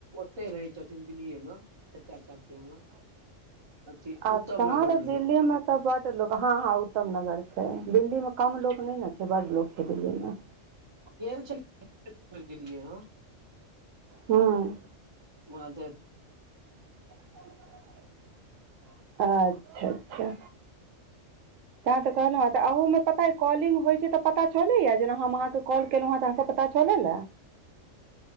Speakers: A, on the right; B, on the right.
A: से रहय छथिन दिल्लीए में चच्चा चाची आ कथी
B: अच्छा
A: उत्तम नगर
B: हँ तऽ
A: में रहय
B: दिल्लीमे
A: छथीन
B: तऽ बड़ लोक हाँ हाँ उत्तम नगर छय दिल्ली में कम लोक नहि ने छै बड़ लोक छै दिल्ली में
A: गेल छलियर गेलियै हे
B: हूँ
A: वहाँ
B: ह अच्छा अच्छा तैं तऽ कहलहुँऽ हे पता अऽ कॉलिंग होई छै तऽ पता तऽ छलैए जेना हम अहाँ केलेलहुँ हँ तऽ अहाँ के पता ता चलै ल